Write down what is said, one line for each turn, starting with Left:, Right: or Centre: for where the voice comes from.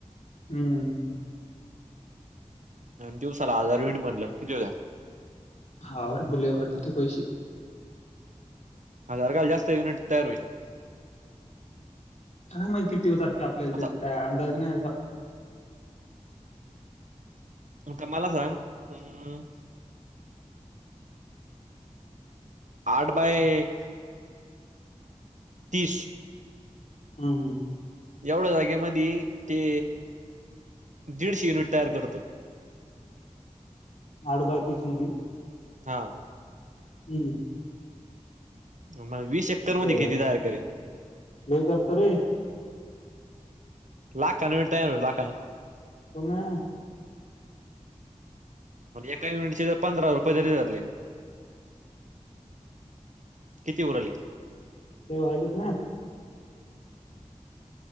Left: हम्म
Right: दिवसाला आजारविण बनलं किती होत्या
Left: हा बोले होता ते पैसे
Right: अ अर काल जास्त वीट तयार होईल
Left: हा मग किती होत असते आपल्याला
Right: आता
Left: त्याचा काय अंदाज नाही अस
Right: का मला सांग हम् आठ बाय तीस
Left: हम् हम्
Right: एवढ्या जागेमध्ये ते दीडशे युनिट तयार करतं
Left: आठ बाय तीस मध्ये
Right: हा
Left: हम्
Right: मग वीस एकर मध्ये
Left: हो
Right: किती तयार करेल
Left: लई तरतरी
Right: लाक कननट ल लाक <inaudible>
Left: हो ना
Right: एका युनिटचे ज पंधरा रुपये तरी धरले किती उरली
Left: ते व्हाहिलेच ना